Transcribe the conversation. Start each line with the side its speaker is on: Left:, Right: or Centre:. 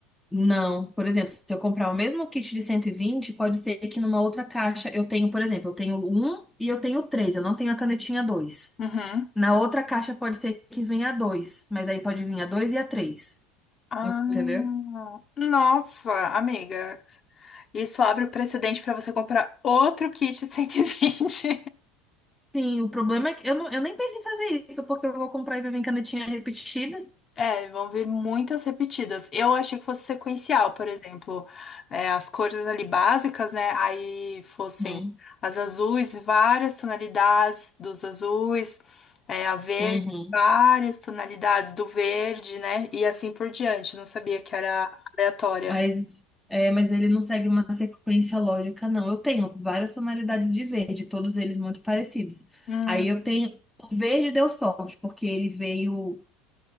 Centre: Não, por exemplo, se eu comprar o mesmo kit de 120, pode ser que numa outra caixa eu tenho, por exemplo, eu tenho um e eu tenho três, eu não tenho a canetinha dois.
Left: Uhum.
Centre: Na outra caixa pode ser que venha a dois, mas aí pode vir a dois e a três.
Left: Ah,
Centre: Entendeu?
Left: nossa, amiga. Isso abre o precedente para você comprar outro kit <laughs> cento e vinte
Centre: Sim, o problema é que eu, não, eu nem penso em fazer isso, porque eu vou comprar e vai vir canetinha repetida.
Left: É, vão vir muitas repetidas. Eu achei que fosse sequencial, por exemplo, é, as cores ali básicas, né? Aí fossem
Centre: Uhum.
Left: as azuis, várias tonalidades dos azuis, é, a verde,
Centre: Uhum.
Left: várias tonalidades do verde, né? E assim por diante. Não sabia que era aleatória.
Centre: Mas, é, mas ele não segue uma sequência lógica, não. Eu tenho várias tonalidades de verde, todos eles muito parecidos.
Left: Hum,
Centre: Aí eu tenho. O verde deu sorte, porque ele veio.